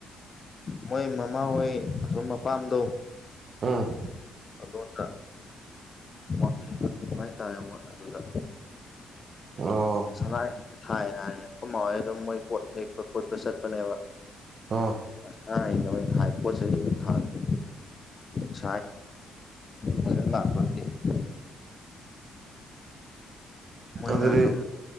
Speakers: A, on the left; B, on the right.
A: ꯃꯣꯏ ꯃꯃꯥꯍꯣꯏ ꯑꯁꯨꯝ ꯃꯄꯥꯝꯗꯣ
B: ꯎꯝ
A: ꯑꯗ‌ꯣꯟꯗ ꯋꯥꯡꯖꯤꯡ ꯍꯥꯏꯇꯥꯔꯦ ꯃꯣꯏ ꯑꯗꯨꯗ
B: ꯑꯣ
A: ꯁꯅꯥꯔꯩ ꯊꯥꯏ ꯍꯥꯏꯑꯦ ꯑꯩꯈꯣꯏ ꯃꯥ ꯍꯣꯏ ꯑꯗꯨꯝ ꯃꯣꯏ ꯄꯣꯠ ꯍꯦꯛꯄ ꯈꯣꯠꯄ ꯆꯠꯄꯅꯦꯕ
B: ꯑꯣ
A: ꯑꯁꯥꯢꯗ ꯑꯣꯏ ꯊꯥꯏ ꯄꯣꯠ ꯆꯩꯩ ꯊꯥꯗꯦ <unintelligible> <unintelligible> ꯐꯖꯅ <unintelligible> ꯃꯣꯏꯅꯥꯁꯨꯝ
B: ꯑꯗꯨꯗꯤ